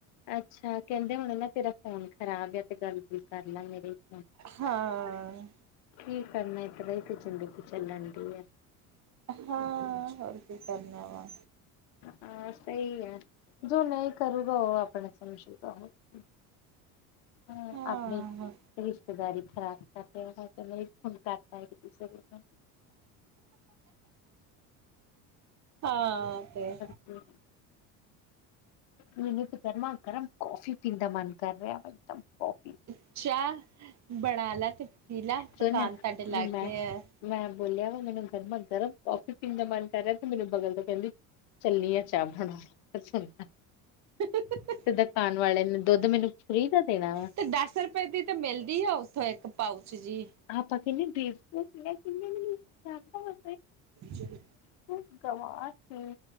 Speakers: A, on the left; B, on the right.
A: ਅੱਛਾ ਕਹਿੰਦੇ ਹੁਣੇ ਨਾ ਤੇਰਾ ਫੋਨ ਖਰਾਬ ਆ, ਤੇ ਗੱਲ। ਕਰ ਲੈ ਮੇਰੇ
B: ਹਾਂ।
A: ਕੀ ਕਰਨਾ ਇਤਰਾਂ ਹੀ ਤੇ ਜ਼ਿੰਦਗੀ ਚੱਲਣ ਡੀ ਆ।
B: ਹਾਂ, ਹੋਰ ਕੀ ਕਰਨਾ ਵਾ।
A: ਹਾਂ ਸਹੀ ਹੈ, ਜੋ ਨਹੀਂ ਕਰੂਗਾ ਉਹ ਆਪ- ਆਪਣਾ ਸਮਝੂਗਾ ਹੋਰ ਕੀ, ਹੂੰ
B: ਹਾਂ
A: ਆਪਣੇ। ਰਿਸ਼ਤੇਦਾਰੀ ਖਰਾਬ ਕਰ ਰਿ ਹੋਰ ਤਾ ਇੱਕ ਫੋਨ ਕਰਤਾ ਕਿਸੇ ਵਲੋ।
B: ਹਾਂ, ਤੇ।
A: ਹੂੰ। ਮੈਨੂੰ ਤਾਂ ਗਰਮਾ ਗਰਮ ਕਾਫੀ ਪੀਣ ਦਾ ਮਨ ਕਰ ਰਿਹਾ। ਵਾ ਇਕਦਮ ਕੌਫੀ
B: ਅੱਛਾ। ਬਣਾ ਲਾ ਤੇ ਪੀਲਾ,
A: ਸੁਣ
B: ਦੁਕਾਨ ਤੁਹਾਡੇ ਲਾਗੇ
A: ਮੈਂ
B: ਆ।
A: ਮੈਂ ਬੋਲਿਆ ਵਾ ਮੈਨੂੰ ਗਰਮਾ ਗਰਮ ਕਾਫੀ ਪੀਣ ਦਾ ਮਨ ਕਰ ਰਿਹਾ ਤੇ ਮੈਨੂੰ, ਅਗੋ ਬੋਲਕਰ ਕਹਿੰਦੀ। ਚੱਲੀ ਆ ਚਾਹ ਬਣਾਉਣ, ਬਸ ਹੁਣ ਮੈਂ।
B: ਹ <unintelligible>
A: ਤੇ ਦੁਕਾਨ ਵਾਲੇ ਨੇ ਦੁੱਧ ਮੈਨੂੰ ਫ੍ਰੀ ਦਾ ਦੇਣਾ ਵਾ।
B: ਤੇ ਦਸ ਰ- ਰੁਪਏ ਦੀ ਤੇ ਮਿਲਦੀ ਆ, ਉੱਥੋਂ ਇੱਕ ਪਾਊਚ ਜੀ।
A: ਆਪਾਂ ਕਿਹਨੇ ਬੇਵਕੂਫ ਨੇ, ਕਿਨੇ ਮੇਨੂੰ ਜਾਪਦਾ ਵਾ।
B: ਚਲੋ।
A: ਤੁ ਗਵਰ ਸੀ